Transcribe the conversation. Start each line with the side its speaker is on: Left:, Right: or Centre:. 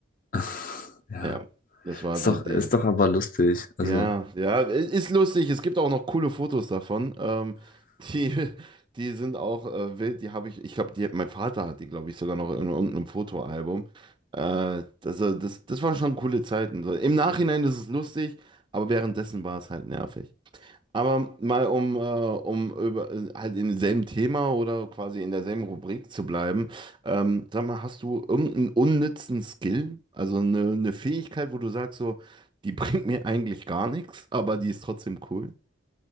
Left: <laughs> Ja,
Right: Ja, das war
Left: ist
Right: so
Left: doch,
Right: die.
Left: ist doch aber lustig. Also,
Right: Ja, ja, es ist lustig. Es gibt auch noch coole Fotos davon. Ähm, <laughs> die, die sind auch äh, wild. Die habe ich, ich glaube, die, mein Vater hat die, glaube ich, sogar noch in irgendeinem Fotoalbum. Äh, das, äh, das, das waren schon coole Zeiten. So, Im Nachhinein ist es lustig, aber währenddessen war es halt nervig. Aber mal um, äh, um über, äh, halt in demselben Thema oder quasi in derselben Rubrik zu bleiben, ähm, sag mal, hast du irgendeinen unnützen Skill, also eine, eine Fähigkeit, wo du sagst so, die <laughs> bringt mir eigentlich gar nichts, aber die ist trotzdem cool?